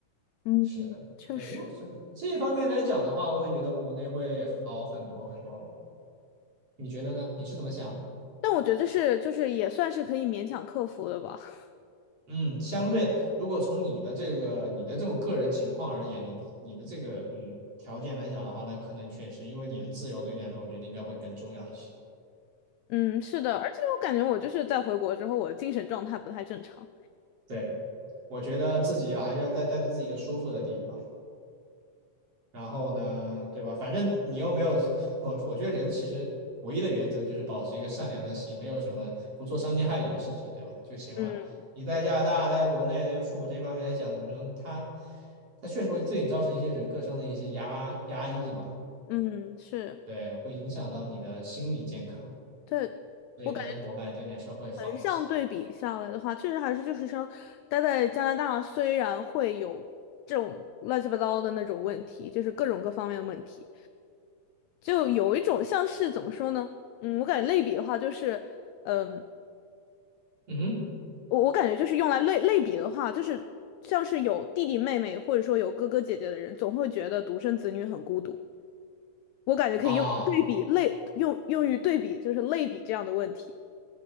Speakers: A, on the left; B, on the right.
A: 嗯，
B: 是的，
A: 确实。
B: 对，又是这一方面来讲的话，我也觉得国内会好很多很多。你觉得呢？你是怎么想的
A: 但我觉得这是就是也算是可以勉强克服的吧。<laughs>
B: 嗯，相对如果从你的这个你的这种个人情况而言，你你的这个嗯条件来讲的话，那可能确实因为你的自由对你来说，我觉得应该会更重要一些。
A: 嗯，是的，而且我感觉我就是在回国之后，我的精神状态不太正常。
B: 对。我觉得自己啊还是要再待在自己一个舒服的地方。然后呢，对吧？反正你又没有，我我觉得人其实唯一的原则就是保持一个善良的心，没有什么不做伤天害理的事情，对吧？就行了。
A: 嗯
B: 你在加拿大，待在国内，对于父母这方面来讲，怎么说？他他确实会对你造成一些人格上的一些压压抑吧，
A: 嗯，是，
B: 对，会影响到你的心理健康。
A: 对。
B: 所以待在国外对你来说会好一些。
A: 我感。横向对比下来的话，确实还是就是说，待在加拿大虽然会有这种乱七八糟的那种问题，就是各种各方面的问题，就有一种像是怎么说呢？嗯，我感觉类比的话，就是，嗯，
B: 嗯哼。
A: 我我感觉就是用来类类比的话，就是像是有弟弟妹妹或者说有哥哥姐姐的人，总会觉得独生子女很孤独。我感觉可以用来对比类用用于对比，
B: 啊，
A: 就是类比这样的问题。